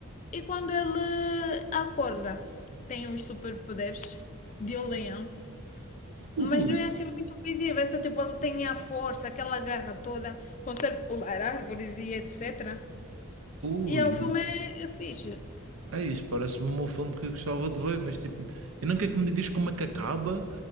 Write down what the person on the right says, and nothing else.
Ui,
ui.
É isso, parece-me um filme que eu gostava de ver, mas tipo, eu não quero que me digas como é que acaba,